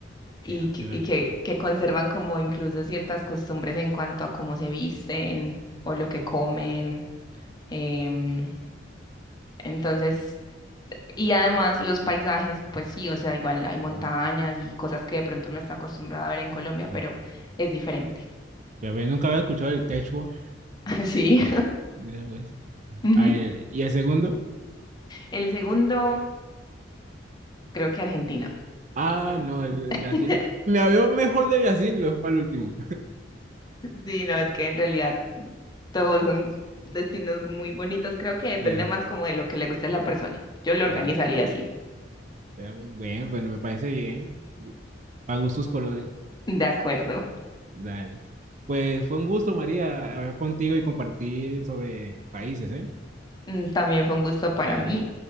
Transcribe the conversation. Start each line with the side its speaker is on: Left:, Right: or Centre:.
Left: y,
Right: Ya,
Left: que,
Right: primera
Left: y que,
Right: vez.
Left: que conservan como incluso ciertas costumbres en cuanto a cómo se visten o lo que comen. em, entonces, Y además los paisajes, pues sí, o sea, igual hay montañas
Right: Ya,
Left: y cosas que de pronto no está acostumbrada a ver en Colombia,
Right: ya.
Left: pero es diferente.
Right: Ya ves, nunca había escuchado el quechua.
Left: <laughs> Sí.
Right: Ya, pues.
Left: Ujú.
Right: A ver, ¿y el segundo?
Left: El segundo, creo que Argentina.
Right: Ah,
Left: Y-
Right: no, el, el Brasil.
Left: <laughs>
Right: Me había mejor de Brasil, lo dejo para el último.
Left: Sí, no, es que en realidad todos son destinos muy bonitos. Creo que depende
Right: Sí,
Left: más como de lo que le guste a la persona. Yo lo
Right: ya.
Left: organizaría así.
Right: Vea, pues, Bueno, bueno, me parece bien. Para gustos colores.
Left: De acuerdo.
Right: Dale. Pues fue un gusto, María, hablar contigo y compartir sobre países, ¿eh?
Left: Mm, También fue un gusto para
Right: Dale.
Left: mí.